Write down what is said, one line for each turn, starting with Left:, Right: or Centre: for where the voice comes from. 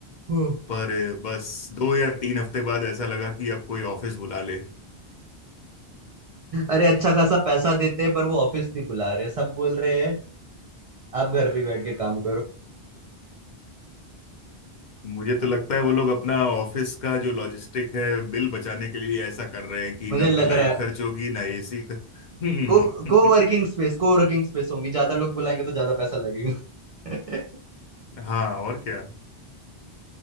Right: <laughs> हम्म।
Left: पर बस दो या तीन हफ्ते बाद ऐसा लगा कि अब कोई ऑफिस बुला ले
Right: अरे अच्छा खासा पैसा देते हैं पर वो ऑफिस नहीं बुला रहे सब बोल रहे हैं आप घर पे बैठ के काम
Left: मुझे तो लगता है वो लोग अपना ऑफिस का जो लॉजिस्टिक है बिल बचाने के लिए ऐसा कर रहे हैं कि
Right: मुझे
Left: ना
Right: लग
Left: तो लाइट
Right: रहा है
Left: खर्च होगी ना एसी का हम्म
Right: को को वर्किंग स्पेस को वर्किंग स्पेस होंगी ज्यादा लोग बुलाएंगे तो ज्यादा पैसा लगेगा <laughs>
Left: <laughs> हाँ और क्या